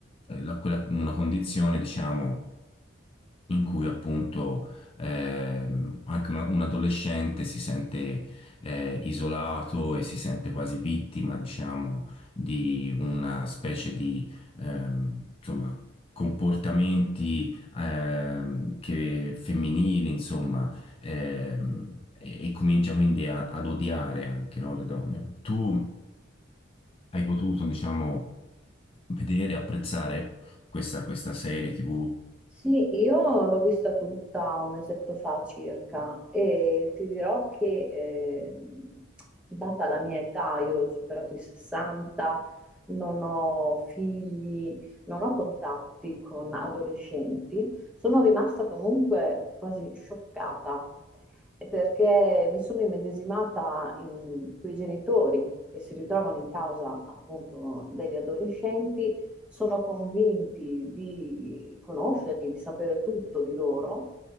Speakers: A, on the left; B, in the centre.
A: eh, la- quella- una condizione, diciamo in cui appunto ehm, anche una- un adolescente si sente eh, isolato e si sente quasi vittima, diciamo, di una specie di ehm, insomma, comportamenti ehm, che, femminili, insomma, ehm, e, e comincia quindi a- ad odiare anche no, le donne. Tu hai potuto, diciamo, vedere, apprezzare questa, questa serie TV?
B: Sì, io l'ho vista tutta un mesetto fa circa e ti dirò che eh, data la mia età, io ho superato i 60, non ho figli, non ho contatti con adolescenti, sono rimasta comunque quasi scioccata eh, perché mi sono immedesimata in quei genitori che si ritrovano in casa appunto degli adolescenti sono convinti di conoscerli, di sapere tutto di loro,